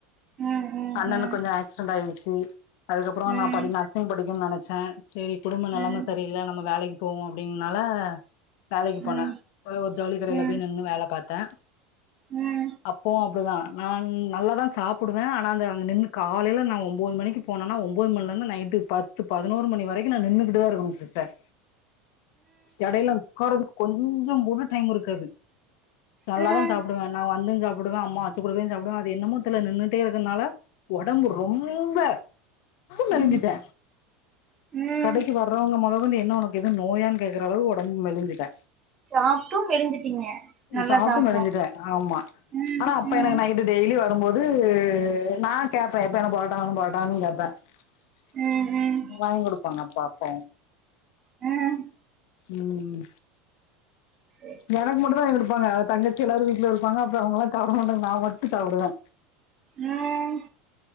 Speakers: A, on the right; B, on the left.
A: ம் ம்
B: அண்ணனுக் கொஞ்ச ஆக்சிடென்ட் ஆயிடுச்சு அதுக்கப்புற
A: ம்
B: நா படி படிக்கும்னு நெனைச்சே சேரி குடும்ப நெலைம
A: ம்
B: சரியில்ல நம்ம வேலைக்கு போவோ அப்டின்னால வேலைக்கு
A: ம்
B: போனே ஒரு ஜவுளி கடையில
A: ம் ம்
B: போய் நின்னு வேல பாத்தே
A: ம்
B: அப்போவு அப்டிதா நா நல்லா தா சாப்புடுவே ஆனா அந்த அங்க நின்னு காலையில நா ஒன்பது மணிக்கு போனேனா ஒன்பது மணிலேருந்து நைட்டு பத் த்து பதினொரு மணி வரைக்கு நா நின்னுகிட்டுதா இருக்கணு சிஸ்டர் எடையில உக்காறதுக்கு கொஞ்சோ கூட டைம் இருக்காது செல்லதா
A: ம் ம்
B: சாப்புடுவ நா வந்து சாப் புடுவ அம்மா வச்சு குடுக்கறதயு சாப்புடுவோ அது என்னமோ தெர்ல நின்னுட்டே இருக்கறனால ஒடம்பு ரொம்ப மெலிஞ்சிட்ட
A: ம் ம்
B: கடைக்கு வர்றவங்க மொதக்கொண்டு என்ன உனக்கு எது நோயான் கேக்கற அளவு ஒடம்பு மெலிஞ்சிட்ட
A: சாப்ட்டு மெலிஞ்சிட்டீங்க நல்லா
B: சாப்ட்டு
A: சாப்ட்டோ
B: மெலிஞ்சிட்ட ஆமா
A: ம்
B: அனா அப்ப
A: ம்
B: எனக்கு நா டு டெய்லி வரும்போது நா கேப்பே எப்ப எனக்கு புரோட்டா வேணு புரோட்டாவேணுன் கேப்பே <unintelligible>
A: ம் ம்
B: குடுப்பாங்க பாப்போ
A: ம்
B: ம்
A: <inaudible>
B: எனக்கு மட்டு தா எடுப்பாங்க தங்கச்சி எல்லாரு வீட்ல இருப்பங்க அப்பறோ அவங்கல்லா சாப்பட மாட்டாங்க நா மட்டு சாப்புடுவ
A: ம்